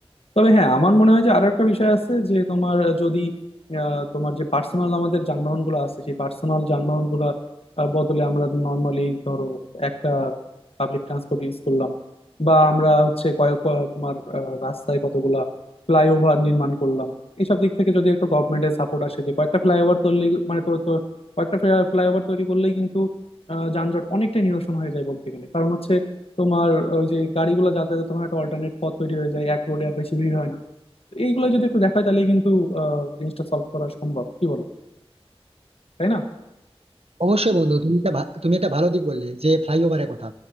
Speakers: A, on the left (about 70°); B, on the right (about 70°).
A: তবে হ্যাঁ আমার মনে হয় যে আরো একটা বিষয় আছে যে তোমার যদি আহ, তোমার যে পার্সোনাল আমাদের যানবাহন গুলো আছে সেই পার্সোনাল যানবাহন গুলো বদলে আমরা নর্মালি ধরো একটা পাবলিক ট্রান্সপোর্ট ইউজ করলাম বা আমরা হচ্ছে কয়েক কয়েক তোমার আহ, রাস্তায় কতগুলা ফ্লাইওভার নির্মাণ করলাম এইসব দিক থেকে যদি একটু গভর্নমেন্টের সাপোর্ট আসে যে কয়েকটা ফ্লাইওভার তৈরি মানে তো তো কয়েকটা ফ্লাইওভার তৈরি করলেই কিন্তু আহ, যানজট অনেকটা নিরসন হয়ে যায় বলতে গেলে কারণ হচ্ছে তোমার ওই যে গাড়িগুলো যাতায়াতে তোমার একটা অল্টারনেট পথ তৈরি হয়ে যায় এক রোডে আর বেশি ভিড় হয় না তো এইগুলো যদি একটু দেখায় তাহলে কিন্তু আহ জিনিসটা সলভ করা সম্ভব কি বলো তাই না
B: অবশ্যই বন্ধু তুমি একটা ভা- তুমি একটা ভালো দিক বললে যে ফ্লাইওভারের কথা